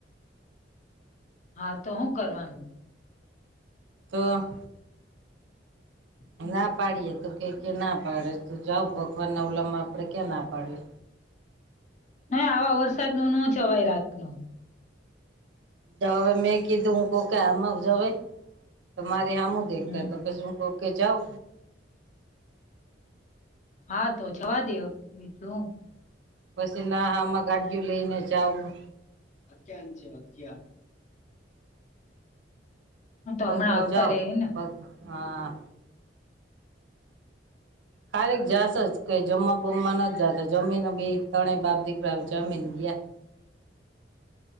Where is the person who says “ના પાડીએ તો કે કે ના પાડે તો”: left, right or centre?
Right